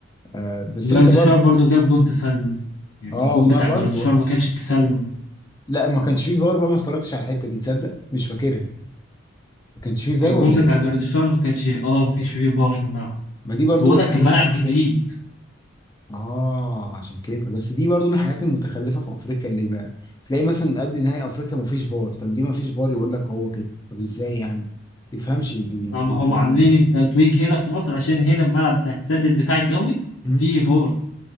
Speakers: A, on the left; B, on the left.
A: آه بس
B: جارديشار
A: انت برضو
B: برضو جاب جون تسلل يعني
A: اه
B: الجون بتاع
A: ما
B: جارديشار
A: برضو اه
B: ما كانش تسلل
A: لا ما كانش فيه فار بقى ما اتفرجتش على الحته دي تصدق مش فاكرها ما كانش فيه فار
B: الجون
A: ولا
B: بتاع
A: ايه
B: جارديشار ما كانش اه ما كانش فيه فار في الملعب
A: ما دي برضو
B: بقول
A: من
B: لك
A: حاجات
B: الملعب
A: افريقيا
B: جديد
A: اه عشان كده بس دي برضو من الحاجات المتخلفه في افريقيا اللي بقى تلاقي مثلا قبل نهائي افريقيا مفيش فار طب ليه مفيش فار يقول لك هو كده طب ازاي يعني تفهمش بي...
B: هم
A: بي...
B: هم
A: بيعملوا
B: عاملين
A: ايه
B: التتويج هنا في مصر عشان هنا الملعب بتاع السد الدفاع الجوي
A: مم.
B: فيه فار